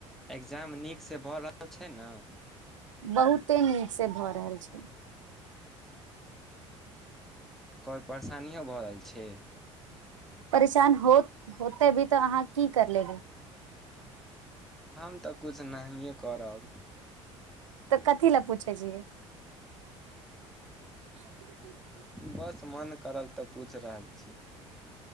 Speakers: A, in the centre; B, on the right (about 80°).
A: एकग्जाम नीकसँ भऽ रहल छै ने
B: बहुते नीक से भऽ रहल छै
A: कोइ परेशानियो भऽ रहल छै
B: परेशान होत होते भी तऽ अहाँ की कर लेबै
A: हम तऽ कुछ नाहिए करब
B: तऽ कथी लए पूछे छियै <inaudible>
A: बस मन करल तऽ पूछ रहल छी